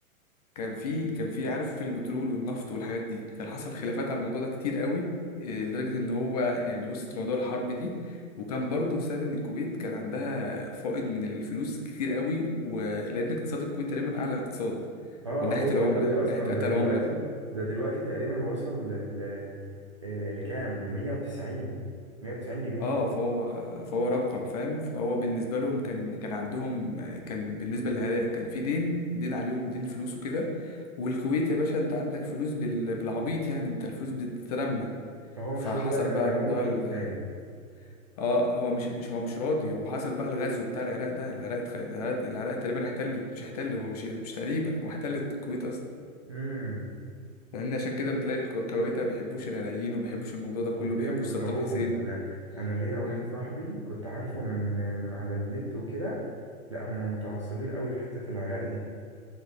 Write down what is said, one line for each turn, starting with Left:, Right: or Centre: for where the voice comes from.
Left: كان في كان في عارف البترول والنفط والحاجات دي كان حصل خلافات على الموضوع ده كتير قوي إيه، لدرجة ان هو يعني وسط موضوع الحرب دي وكان برضه بسبب ان الكويت كان عندها فائض من الفلوس كتير قوي ولان اقتصاد الكويت تقريبا اعلى اقتصاد
Right: اه
Left: من ناحية
Right: اوفر
Left: العملة
Right: قوي
Left: من
Right: اصلا
Left: ناحية قتل
Right: ده دلوقتي
Left: العملة
Right: ده دلوقتي تقريبا وصل ل ل- آه، لكام ل 190 190 جنيه
Left: اه فهو فهو رقم فاهم فهو بالنسبة لهم كان كان عندهم كان بالنسبة للعراق كان في دين دين عليهم دين فلوس وكده والكويت يا باشا انت عندك فلوس بال- بالعبيط يعني انت الفلوس بتترمى
Right: فهو
Left: فحصل
Right: مش راضي بقى يرجع
Left: بقى موضوع
Right: لهم الفلوس
Left: ال...
Right: تاني
Left: اه هو مش مش هو مش راضي هو حصل بقى الغزو بتاع العراق ده العراق اتخ- العراق, العراق تقريبا احتلت مش احتل هو مش مش تقريبا هو احتلت الكويت اصلا
Right: امم
Left: فاهمني عشان كده بتلاقي الكو- الكويت ما بيحبوش العراقيين وما بيحبوش الموضوع ده كله
Right: حرفيا
Left: ما بيحبوش
Right: بكرهوهم
Left: صدام حسين
Right: انا انا ليا واحد
Left: امم
Right: صاحبي كنت عارفه من من على النت وكده لا هم متعصبين قوي في حتة العراق دي